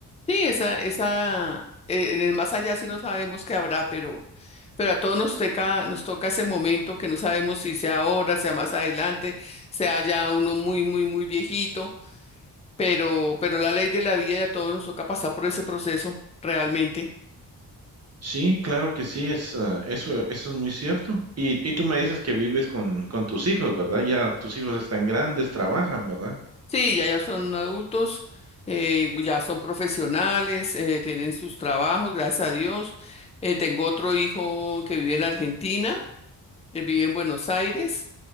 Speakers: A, on the left; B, on the right.
A: Sí, esa, esa, eh, en el más allá sí no sabemos qué habrá, pero, pero a todos nos toca, nos toca ese momento que no sabemos si sea ahora, sea más adelante, sea ya uno muy, muy, muy viejito. pero, pero la ley de la vida y a todos nos toca pasar por ese proceso realmente.
B: Sí, claro que sí, es, ah, eso, eso es muy cierto. Y, y tú me dices que vives con, con tus hijos, ¿verdad? Ya tus hijos están grandes, trabajan, ¿verdad?
A: Sí, ya, ya son adultos, eh, ya son profesionales, eh, tienen sus trabajos, gracias a Dios. Eh, tengo otro hijo que vive en Argentina, él vive en Buenos Aires,